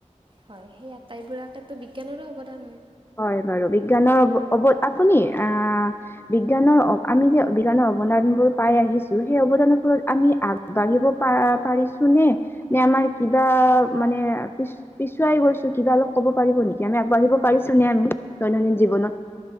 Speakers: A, on the right; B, on the left.
A: হয় সেইয়া আটাইবোৰাকো বিজ্ঞানৰে অৱদান হয়।
B: হয় বাৰু বিজ্ঞানৰ অ আপুনি আহ বিজ্ঞানৰ আমি যে বিজ্ঞানৰ। অবদানবোৰ পাই আহিছো সেই অবদান বোৰ আমি আগবাঢ়িব পাৰিছো নে নে। আমাৰ কিবা মানে পিছুৱাই গৈছো কিবা অলপ ক'ব পাৰিব নেকি আমি আগবাঢ়িব। পাৰিছো নে আমি দৈনন্দিন জীৱনত।